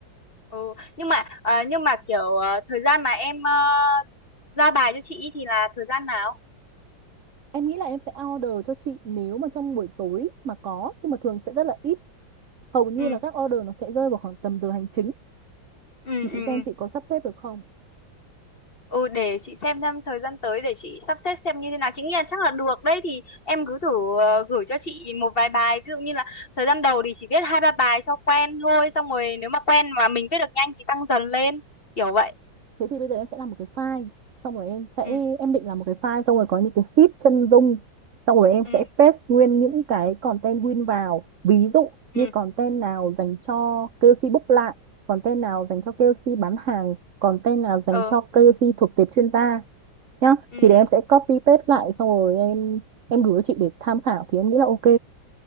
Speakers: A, on the left (about 35°); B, on the right (about 65°).
A: ừ. nhưng mà à, nhưng mà kiểu ờ, thời gian mà em ờ, ra bài cho chị thì là thời gian nào?
B: Em nghĩ là em sẽ order cho chị nếu mà trong buổi tối mà có, nhưng mà thường sẽ rất là ít. Hầu như
A: ừ
B: là các order nó sẽ rơi vào khoảng tầm giờ hành chính
A: ừ
B: thì chị
A: ừ
B: xem
A: ừ.
B: chị có sắp xếp được không?
A: Ừ để chị xem xem thời gian tới để chị sắp xếp xem như thế nào. Chị nghĩ là chắc là được đấy thì em cứ thử ờ, gửi cho chị một vài bài. Ví dụ như là thời gian đầu thì chỉ viết hai ba bài cho quen thôi. Xong rồi nếu mà quen mà mình viết được nhanh thì tăng dần lên kiểu vậy.
B: Thế thì bây giờ em sẽ làm một cái file xong rồi em sẽ
A: ừ
B: em định làm một cái file xong rồi có những cái sheet chân dung xong rồi em sẽ
A: ừ
B: paste nguyên những cái content win vào ví dụ như
A: ừ
B: content nào dành cho KOC book lại content nào dành cho KOC bán hàng content nào dành
A: Ừ.
B: cho KOC thuộc tệp chuyên gia nhá
A: ừ
B: thì để
A: ừ
B: em sẽ copy paste lại xong rồi em em gửi cho chị để tham khảo thì em nghĩ là ok